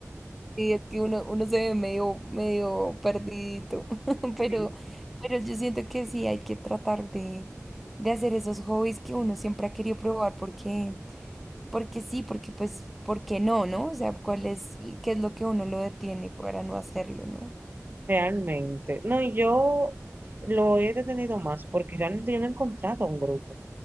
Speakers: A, in the centre; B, on the right.
A: Sí, es que uno, uno se ve medio, medio perdidito, <laughs> pero,
B: <laughs>
A: pero yo siento que sí hay que tratar de, de hacer esos hobbies que uno siempre ha querido probar porque, porque sí, porque pues, ¿por qué no, no? O sea, ¿cuál es, qué es lo que a uno lo detiene para no hacerlo, no?
B: Realmente. No, y yo lo he detenido más porque realmente yo no he encontrado un grupo.